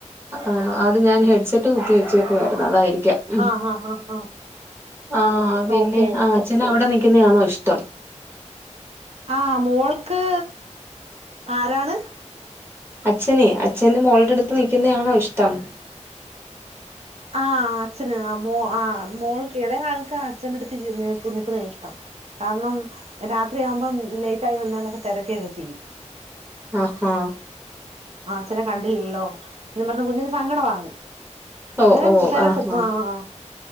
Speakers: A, on the right; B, on the right.
A: ആണോ അത് ഞാൻ ഹെഡ്സെറ്റ് കുത്തി വെച്ചേക്കുവാരുന്ന് അതായിരിക്കാം. ഉം
B: ആഹ് ആഹ് ആഹ് ആഹ്
A: ആഹ് പിന്നെ
B: ഓക്കെ
A: ആഹ് അച്ഛന് അവടെ നിക്കുന്നയാണോ ഇഷ്ടം?
B: ആഹ് മോൾക്ക് ആരാണ്
A: അച്ഛനെ അച്ഛന് മോൾടെടുത്ത് നിക്കുന്നയാണോ ഇഷ്ടം
B: ആഹ് അച്ഛന് ആഹ് മോ ആഹ് മോൾക്ക് എളേ ആൾക്ക് അച്ഛന്റെട്ത്ത് ര് ന്‌ നിക്ക്ന്നെയാ ഇഷ്ടം കാര്ണം രാത്രിയാവുമ്പം ലെയ്റ്റായി വന്നാലൊക്കെ തെരെക്കെയെക്കെ ചെയ്യും
A: ആഹ് ഹാ
B: ച്ഛനെ കണ്ടിൽല്ലോ എന്ന് പർഞ്ഞ് കുഞ്ഞിന് സങ്കടവാങ്ങ്
A: ഓ
B: ന്നേരം
A: ഓ
B: തെരെക്കും
A: ആഹാ
B: ആഹ് ആഹ്